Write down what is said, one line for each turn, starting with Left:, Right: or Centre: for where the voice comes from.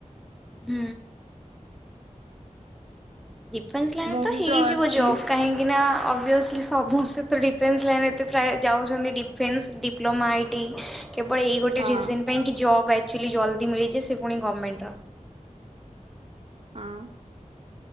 Centre: ହୁଁ। ଡିଫେନ୍ସ ଲାଇନରେ
Right: ମୁଁ
Centre: ତ
Right: ବି
Centre: ହେଇଯିବ
Right: ପ୍ଲସ ଥ୍ରୀ
Centre: ଜବ୍ କାହିଁକି ନା ଅଭିସ୍ କି ସମସ୍ତେ ତ ଡିଫେନ୍ସ ଲାଇନ ଏତେ ପ୍ରାୟ ଯାଉଛନ୍ତି ଡିଫେନ୍ସ ଡିପ୍ଲୋମା ଆଇଟି କେବଳ ଏଇ ଗୋଟେ
Right: ହଁ
Centre: ରିଜନ ପାଇଁ କି ଜବ୍ ଆକ୍ଚୁଆଲି ଜଲ୍ଦି ମିଳିଯେ ସେ ପୁଣି ଗଭର୍ଣ୍ଣମେଣ୍ଟ ର।
Right: ହଁ।